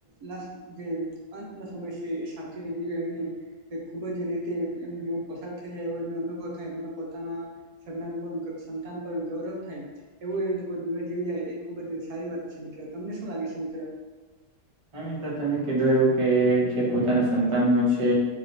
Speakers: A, on the right; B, on the right.
A: લાસ્ટ જે અં તનો સમય છે, એ શાંતિથી જીવે અને તે ખુબજ રીતે એમનું જીવન પસાર. થઈ જાય એવો એમને અનુભવ થાય, એમના પોતાના સંતાન પર ગૌરવ થાય એવું એ લોકો જીવન જીવી જાય. ખુબજ સારી વાત છે મિત્ર, તમને શું લાગે છે મિત્ર?
B: હા, તો મિત્ર તમે કીધું એવું કે જે પોતાના સંતાન હોય છે.